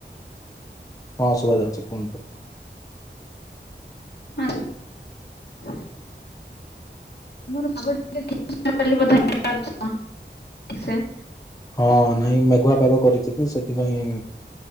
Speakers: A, on the left (about 20°); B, on the left (about 60°).
A: ହଁ ଶୁଭା ଯାଉଛି କୁହନ୍ତୁ।
B: ହଁ । ହ <inaudible> ତମର ପ ଟିକେ <unintelligible> ସେ
A: ହଁ ନାଇଁ ମେଘୁଆ ପାଗ କରିଛି, ତ ସେଥିପାଇଁ